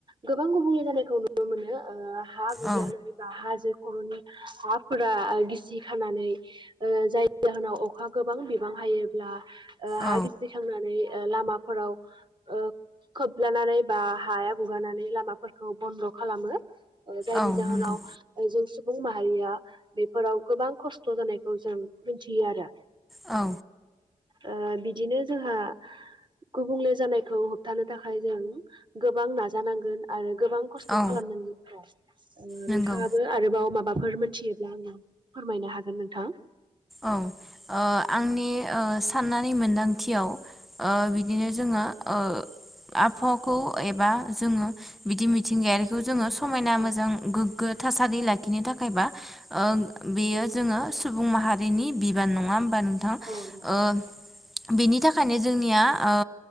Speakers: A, on the right; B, in the centre.
A: गोबां गुबुंले जानायखौ नुनो मोनो ओ हा गिबियावनो
B: औ
A: बबेबा हाजो खर'नि हाफोरा गिसि खानानै ओ जायनि जा होनाव अखा गोबां बिबां हायोब्ला ओ हा
B: औ
A: गिसिखांनानै ओ लामाफोराव ओ खोबलानानै बा हाया गुगानानै लामाफोरखौ बन्द खालामो। जायनि
B: औ
A: जाहोनाव
B: नंगौ
A: जों सु सुंबुं माहारिया बेफोराव गोबां खस्थ' जानायखौ जों मिथियो आरो।
B: औ
A: ओ बिदिनो जोंहा गुबुंले जानायखौ होबथानो थाखाय जों गोबां नाजानांगोन आरो गोबां खस्थ'
B: औ
A: खालामनांगोन
B: नंगौ
A: नोंथांङाबो आरोबाव माबाफोर मोन मिथियोब्ला आंनो फोरमायनो हागोन नोंथां।
B: औ ओ आंनि ओ साननानै मोनदांथियाव ओ बिदिनो जोङो ओ। आबहावाखौ एबा जोंङो बिदि मिथिंगायारिखौ जोङो समायना
A: औ
B: मोजां गोगो थासारि लाखिनो थाखाय बा ओ बेयो जोङो सुबुं माहारिनि बिबान नंङा। बा नोंथां
A: नोंथां
B: ओ बेनि थाखायनो जोंनिया ओ